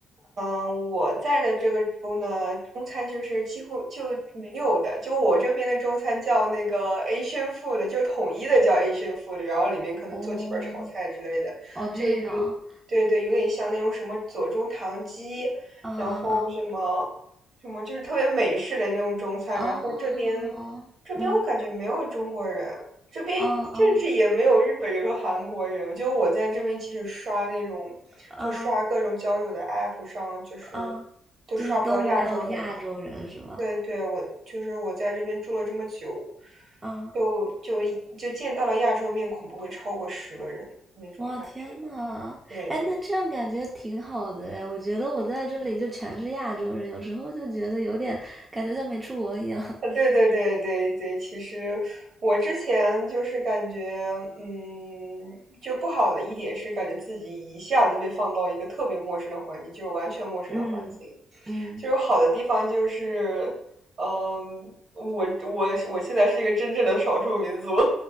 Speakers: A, on the right; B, on the right.
A: 嗯，我在的这个州呢，中餐就是几乎就没有的。就我这边的中餐叫那个 Asian food，就是统一的叫 Asian food，然后里面可能做几盘炒菜之类的，
B: 哦，哦，这样，
A: 就有，对对，有点像那种什么左宗棠鸡，
B: 啊啊
A: 然后什么什么就是特别美式的那种中餐。
B: 啊，
A: 然后这边这边我感觉没有中国人，
B: 哦，嗯，
A: 这边甚至也没有日本人和韩国人，
B: 啊啊
A: 就我在这边，即使刷那种，
B: 啊
A: 就刷各种交友的 app 上，就是
B: 啊，
A: 都刷不到亚洲人的。
B: 就是都没有亚洲人是吗？
A: 对对，我就是我在这边住了这么久，
B: 啊，
A: 就就就见到了亚洲面孔不会超过十个人那种感觉。
B: 我天呐，
A: 对对。
B: 哎，那这样感觉挺好的哎，我觉得我在这里就全是亚洲人，有时候就觉得有点感觉像没出国一样。<laughs>
A: 啊，对对对对对，其实我之前就是感觉，嗯，就不好的一点是感觉自己一下子被放到一个特别陌生的环境，就是完全陌生的环境。
B: 嗯嗯，
A: 就是好的地方就是，嗯，我我我现在是一个真正的少数民族，